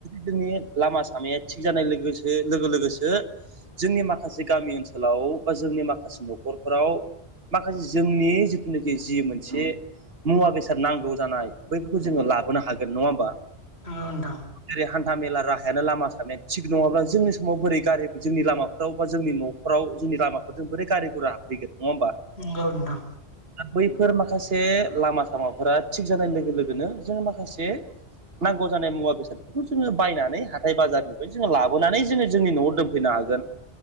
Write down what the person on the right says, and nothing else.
जोंनि लामा सामाया थिग जानाय लोगोसो लोगो लोगोसो जोंनि माखासे गामि ओनसोलाव बा जोंनि माखासे न'खरफोराव माखासे जोंनि जिथुनाखि जि मोनसे मुवा बेसाद नांगौ जानाय बैफोरखौ जोङो लाबोनो हागोन नङा होमबा
जेरै हान्था मेला राहायानो लामा सामाया थिग नङाब्ला जोंनि समाव बोरै गारि जोंनि लामाफ्राव बा जोंनि न'फ्राव लामाफोर ज बोरै गारि गुरा होैगोन नङा होमबा
बैफोर माखासे लामा सामाफोरा थिग जानाय लोगो लोगोनो जोङो माखासे नांगौ जानाय मुवा बेसादफोरखौ जोङो बायनानै हाथाय बाजारनिफ्राय जोङो लाबोनानै जोङो जोंनि न'आव दोनफैनो हागोन।